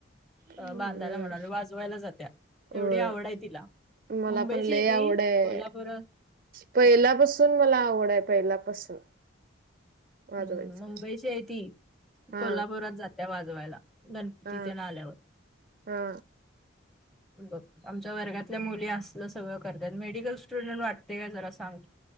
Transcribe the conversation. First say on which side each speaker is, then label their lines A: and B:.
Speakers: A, in the centre; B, on the right.
A: बांधायला
B: हम्म
A: म्हणालो, वाजवायला जात्या, एवढी
B: होय
A: आवड ये तिला.
B: मला
A: मुंबईची
B: पण लय
A: य ती,
B: आवड आहे
A: कोल्हापूरात
B: पहिल्यापासून मला आवड य, पहिल्यापासून. वाजवायची
A: हम्म मुंबईची आहे ती
B: हा
A: कोल्हापुरात जात्या वाजवायला गणपती
B: हा
A: तेन आल्यावर
B: हा
A: बघ आमच्या वर्गातल्या मुली असलं सगळं करत मेडिकल स्टुडंट वाटते का जरा सांग <inaudible>